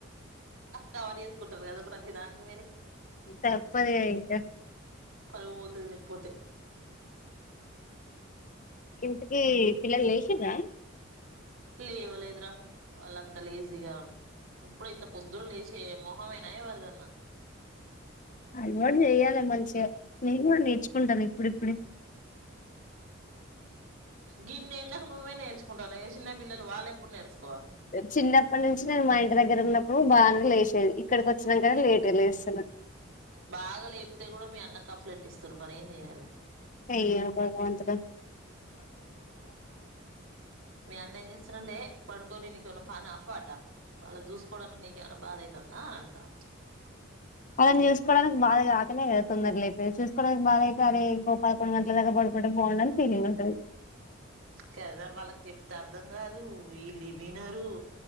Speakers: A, on the right; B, on the left.
A: కవర్ చేసుకుంటారు కదా ప్రతిదానికి మీరు
B: తప్పదు ఇగ ఇంకా
A: పరువు పోతది లేకపోతే
B: ఇంతకీ పిల్లలు లెసిల్లా
A: లేవలేదురా వాళ్ళ అంత లేజీగా ఇప్పుడు ఇంత పొద్దున లేసే మోహమైనా ఎవర్దన
B: అలవాటు చెయాలి మంచిగా నేను కూడా నేర్చుకుంటాను ఇప్పుడిప్పుడు
A: గిన్నెలకి నువ్వే నేర్చుకో టను చిన్ని పిల్లలు వాళ ఎప్పుడూ నేర్చు
B: చిన్నప్పటి నుంచి నేను మా ఇంటి దగ్గర ఉన్నప్పుడు నువ్వు బాగానే లేచేది ఇక్కడికి వచ్చినాకనీ లేట్ లేస్తాన్నా
A: బాగా లేపితే కూడా మీ అన్న కంప్లైంట్ ఇస్తారు మర ఏం చెయ్యాలి
B: ఆ భగవంతుడ
A: మీ అన్న ఏం చేస్తరాంటె పడుకొని నీకేమైనా పాన పాట వాళ్ళని చూసుకోవడానికి నీక ఏమైనా బాధ అవుతుందా అని అంటాడు
B: అలాని చూసుకోవడానికి బాగాకనే కదా తొందరగా అయితే చూసుకోవడానికి బాధ అయితే అరే ఇంకో పదకొండు గంటల దాకా పడుకుంటే బాగుడానికి ఫీలింగ్ ఉంటది
A: కదా వాళ్ళకి చెప్తే అర్ధం కాదు వీళ్ళు ఇ వినరు